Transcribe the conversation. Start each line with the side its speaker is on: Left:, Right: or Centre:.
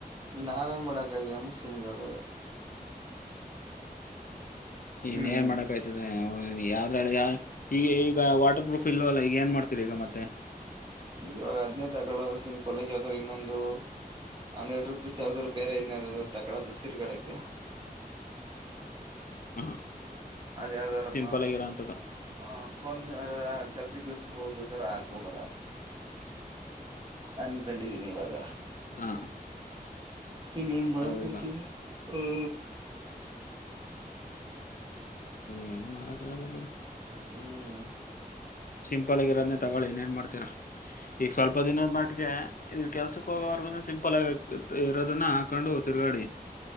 Right: ನಾವೇನ್ ಮಾಡಕಾಯತಿದೆ ಅಂಗ್ರೆ ಸುಮ್ ಆಗೋದೆ
Left: ಇನ್ನೇನ್
Right: ಹ್ಮ್ ಹ್ಮ್
Left: ಮಾಡಕ್ ಆ್ತದೆ ಯ್ರ ಈಗ ಈಗ ವಾಟರ್ ಪ್ರೂಫ್ ಇಲ್ವಲ್ಲ ಈಗ ಏನ್ ಮಾಡ್ತ ಸ್ತ್ರರಿಗಮತ್ತ
Right: ಇವಾಗ ಹದ್ನೇ ತಗಳ ಸಿಂಪಲ್ ಆಗಿ ಯಾವ್ದ್ರರು ಇನ್ನೊಂದು ಹಂಡ್ರೆಡ್ ರುಪೀಸ್ ಯಾವ್ದಾದ್ರು ಬೇರೆ ಇನ್ಯ ತಗದು ತಿರ್ಗಡಕ್ಕೆ
Left: ಹ
Right: ಅದ ಯಾವದರ
Left: ಸಿಂಪಲ್
Right: ಮಾಮೂಲಿ
Left: ಆಗಿರೋ ಅಂಥದ್ದು
Right: ಹ ಫೋನ್ ಕೆಲ್ಸಕ್ಕೆಿವಲ್ಸಕ್ಕೆ ಹೋಗರ ಹಾಕ್ ಹೋಗಲ್ಲ ಅನ್ಕೊಂಡಿದಿನಿ ಇವಾಗ
Left: ಹಾ
Right: ಇನ್ನೊನ್ ಮಾಡಕೈತೆ
Left: ಹೌದಾ
Right: ಅಹ
Left: ನೀ ಏನ್ ಮಾಡಕ್ಕಾಗಲ್ಲ ಬಿಡು
Right: ಹ್ಮ್
Left: ಸಿಂಪಲ್ ಆಗಿ ಇರೋದನೇ ತಗಳಿ ಏನೇಏನ್ ಮಾಡ್ತೀರಾ ಈಗ ಸ್ವಲ್ಪ ದಿನದ ಮಟ್ಟಿಗೆ ಈ ಕೆಲ್ಸ ೋಗವರ್ಗ ಸಿಂಪಲ್ ಆಗ ಇರೋದನ್ನ ಹಾಕೊಂಡು ಹತಿರ್ಗಾಡಿ